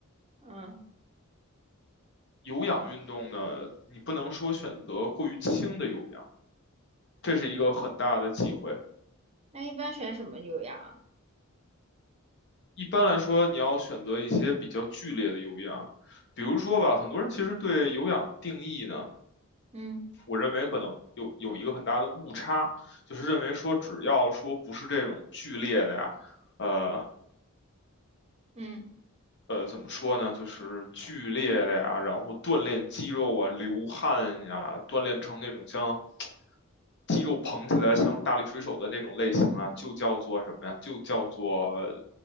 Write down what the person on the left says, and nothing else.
有氧运动呢，你不能说选择过于轻的有氧，这是一个很大的忌讳。
一般来说，你要选择一些比较剧烈的有氧，比如说吧，很多人其实对有氧定义呢。
我认为可能有有一个很大的误差，就是认为说只要说不是这种剧烈的呀，呃
呃，怎么说呢，就是剧烈的呀，然后锻炼肌肉啊、流汗呀，锻炼成那种像肌肉膨起来像大力水手的那种类型啊，就叫做什么呀？就叫做呃